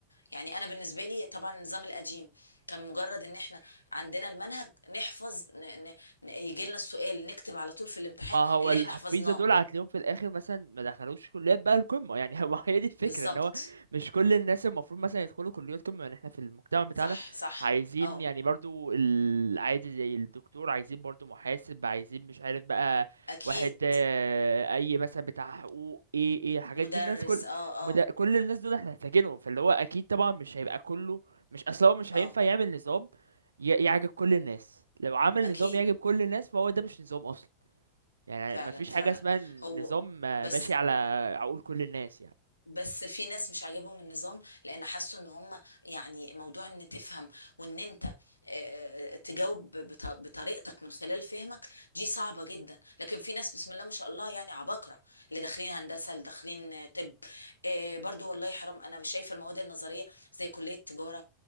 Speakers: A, on the left (about 80°); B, on the right (about 75°).
A: يعني انا بالنسبة لي طبعا النظام القديم كان مجرد ان احنا عندنا المنهج نحفظ ن... ن... ن... يجي لنا السؤال نكتب على طول في الامتحان
B: ما هو
A: اللي
B: الحفيظه
A: احنا حفظناه
B: دول هتلاقيهم في الاخر مثلا ما دخلوش كليات بقى القمه يعني <laughs> هو هي دي الفكره
A: بالظبط
B: ان هو مش كل الناس المفروض مثلا يدخلوا كليات قمه يعني احنا في المجتمع بتاعنا
A: صح صح
B: عايزين
A: اه
B: يعني برضو العادي زي الدكتور عايزين برضو محاسب عايزين مش عارف بقى
A: اكيد
B: واحد آه، اي مثلا بتاع حقوق ايه ايه الحاجات
A: مدرس
B: دي الناس كل
A: اه آه.
B: مد... كل الناس دول احنا محتاجينهم فاللي هو اكيد طبعا مش هيبقى كله مش اصلا هو مش
A: اه
B: هينفع يعمل نظام ي- يعجب كل الناس لو عمل
A: اكيد
B: نظام يعجب كل الناس فهو ده مش نظام اصلا يعني
A: فعلا
B: ما فيش
A: فعلا
B: حاجة اسمها
A: هو
B: نظام آه،
A: بس
B: ماشي على عقول كل الناس يعني
A: بس في ناس مش عاجبهم النظام لان حسوا ان هم يعني موضوع ان تفهم وان انت آه، تجاوب بط- بطريقتك من خلال فهمك دي صعبة جدا لكن في ناس بسم الله ما شاء الله يعني عباقرة اللي داخلين هندسة اللي داخلين آه، طب آه، برضو والله حرام انا شايفة المواد النظرية زي كلية تجارة